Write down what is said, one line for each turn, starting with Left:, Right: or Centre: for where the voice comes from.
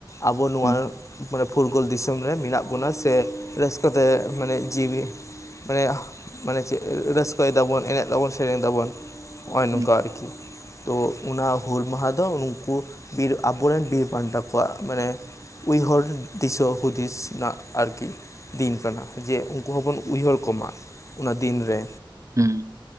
Left: ᱟᱵᱚ ᱱᱚᱣᱟ
Right: ᱦᱩᱸ
Left: ᱯᱷᱩᱨᱜᱳᱞ ᱫᱤᱥᱚᱢ ᱨᱮ ᱢᱮᱱᱟᱜ ᱵᱚᱱᱟ ᱥᱮ ᱨᱟᱹᱥᱠᱟᱹ ᱛᱮ ᱢᱟᱱᱮ ᱡᱤᱣᱭᱤ ᱢᱟᱱᱮ ᱢᱟᱱᱮ ᱪᱮᱫ ᱨᱟᱹᱥᱠᱟᱹᱭ ᱫᱟᱵᱚᱱ ᱮᱱᱮᱡ ᱫᱟᱵᱚᱱ ᱥᱮᱨᱮᱱ ᱫᱟᱵᱚᱱ ᱱᱚᱜᱚᱭ ᱱᱚᱝᱠᱟ
Right: ᱦᱩᱸ
Left: ᱟᱨᱠᱤ ᱛᱚ ᱚᱱᱟ ᱦᱩᱞ ᱢᱟᱦᱟ ᱫᱚ ᱩᱱᱠᱩ ᱵᱤᱨ ᱟᱵᱚᱨᱮᱱ ᱵᱤᱨ ᱵᱷᱟᱱᱴᱟ ᱠᱚᱣᱟᱜ ᱢᱟᱱᱮ ᱩᱭᱦᱳᱨ ᱫᱤᱥᱟᱹ ᱦᱩᱫᱤᱥ ᱱᱟᱹᱜ ᱟᱨᱠᱤ ᱫᱤᱱ ᱠᱟᱱᱟ ᱡᱮ ᱩᱝᱠᱩ ᱦᱚᱸᱵᱚᱱ ᱩᱭᱦᱳᱨ ᱠᱚᱢᱟ ᱚᱱᱟ ᱫᱤᱱᱨᱮ
Right: ᱦᱩᱸ